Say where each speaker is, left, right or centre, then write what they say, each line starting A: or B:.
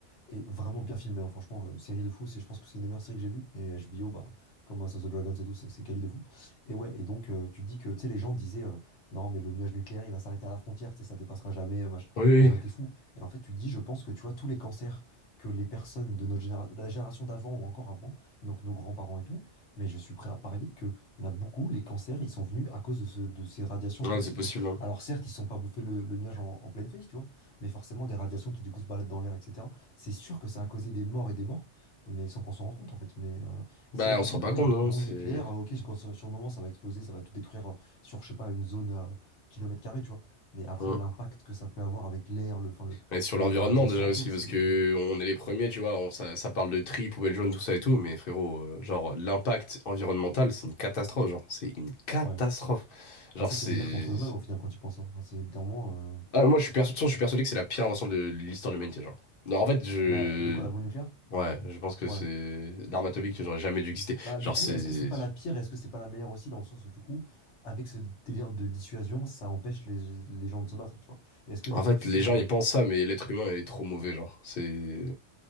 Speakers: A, on the left; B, on the left.
A: Et vraiment bien filmé, hein, franchement, euh, série de fou, c'est, je pense que c'est une des meilleures séries que j'ai vues. Et HBO, bah, comme House of the Dragons et tout, c'est c'est quali de fou. Et ouais, et donc euh, tu te dis que tu sais, les gens disaient euh, non, mais le nuage nucléaire il va s'arrêter à la frontière, tu sais, ça dépassera jamais, euh, machin.
B: Oui,
A: Les gens étaient fous. Et en fait, tu te dis, je pense que tu vois, tous les cancers que les personnes de notre génération, la génération d'avant ou encore avant, donc nos grands-parents et tout, mais je suis prêt à parier qu'il y en a beaucoup, les cancers, ils sont venus à cause de, ce- de ces radiations
B: oui.
A: toxiques,
B: Ouais, c'est possible.
A: tu vois.
B: hein.
A: Alors certes, ils ne sont pas bouffés le, le nuage en, en pleine face, tu vois, mais forcément des radiations qui du coup se baladent dans l'air, etc. C'est sûr que ça a causé des morts et des morts, mais sans qu'on s'en rende compte en fait. Mais euh,
B: Bah,
A: c'est là que
B: on
A: tu
B: se
A: dis
B: rend
A: que
B: pas
A: ouais,
B: compte, non?
A: bombe
B: C'est.
A: nucléaire, euh, ok, quand, sur sur le moment ça va exploser, ça va tout détruire euh, sur, je sais pas, une zone à kilomètre carré, tu vois. Mais après,
B: Hum.
A: l'impact que ça peut avoir avec l'air, le, enfin, le,
B: Mais sur
A: tout
B: l'environnement
A: le, la radiation
B: déjà
A: et
B: aussi,
A: tout, c'est.
B: parce que
A: euh,
B: on est les premiers, tu vois, on- ça, ça parle de tri, poubelle jaune, tout ça et tout, mais frérot, euh, genre l'impact environnemental, c'est une catastrophe, genre, c'est une catastrophe.
A: Ouais.
B: Genre
A: Bah, ça,
B: c'est...
A: c'est une guerre contre nous-mêmes au final quand tu penses. hein. Enfin, c'est littéralement. euh,
B: Ah, moi je suis, perso-
A: tu-
B: de toute façon, je suis persuadé que c'est la pire invention de l'histoire de l'humanité, genre. Non, en fait, je...
A: la- de quoi la bombe nucléaire?
B: Ouais, je pense que
A: Ouais.
B: c'est l'arme atomique que j'aurais jamais dû exister.
A: Bah,
B: Genre
A: du coup,
B: c'est...
A: est-ce que c'est pas la pire, est-ce que c'est pas la meilleure aussi, dans le sens où, du coup, avec ce délire de dissuasion, ça empêche les, les gens de se battre, tu vois? Est-ce que,
B: En
A: du coup,
B: fait,
A: si.
B: les gens
A: euh,
B: ils pensent ça, mais l'être humain est trop mauvais, genre. C'est...